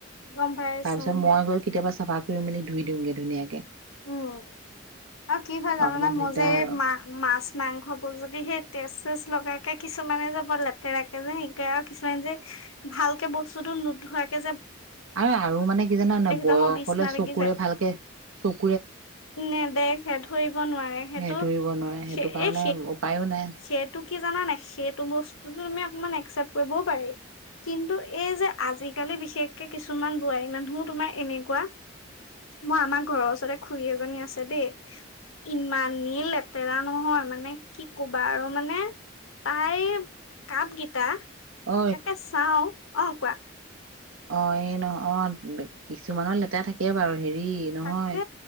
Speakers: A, on the left; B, on the right.
A: গম পাইছো
B: তাৰ পিছত মই গৈ কেতিয়াবা চাফা কৰি মেলি ধুই দিওঁগে ধুনিয়াক
A: উম আৰু কি হয় জানানে
B: অকমান
A: মোৰ
B: দিগদাৰ
A: যে এই মা মাছ মাংস বোৰ যদি সেই তেজ চেজ লগাকে কিছুমানে যে বৰ লেতেৰাকে যে হেৰি কৰে আৰু কিছুমানে যে ভালকে বস্তুতো নোধুৱাকে
B: আৰু-আৰু মানে কি জানা নাই, বয়স
A: যাওঁ মোৰ বিচনা
B: হ'লে
A: লাগি
B: চকুৰে
A: যায়।
B: ভালকে চকু
A: নেদেখে ধৰিব নোৱাৰে সেইটো,
B: সেই ধৰিব নোৱাৰে সেইটো
A: স
B: কাৰণে
A: এই
B: উপায়ো নাই
A: সেইটো কি জানানে সেইটো বস্তুটো তুমি অকমান একচ্চেপ্ত কৰিবও পাৰি, কিন্তু এই যে আজিকালি বিশেষকে কিছুমান বোৱাৰী মানুহো তোমাৰ এনেকুৱা, মই আমাৰ ঘৰৰ ওচৰৰ ওচৰতে খুৰী এজনী আছে দেই, ইমানেই লেতেৰা নহয় মানে কি ক'বা আৰু মানে তাইৰ কাপগেইটা
B: ঐ
A: তাকে চাও, অঁ কোৱা।
B: অঁ এই নহ অঁ কিছুমানৰ লেতেৰা থাকে বাৰু হেৰি ৰি নহয়
A: তাকে